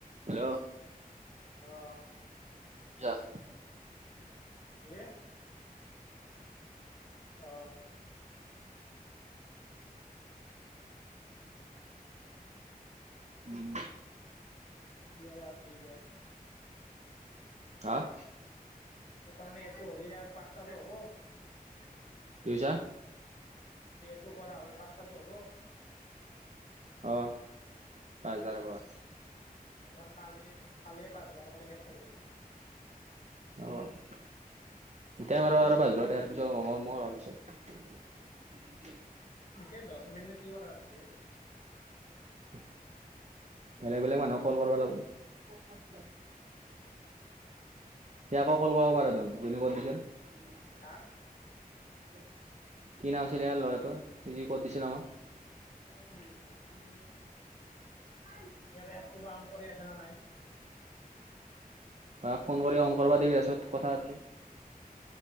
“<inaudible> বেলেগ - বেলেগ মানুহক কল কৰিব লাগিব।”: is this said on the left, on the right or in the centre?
Right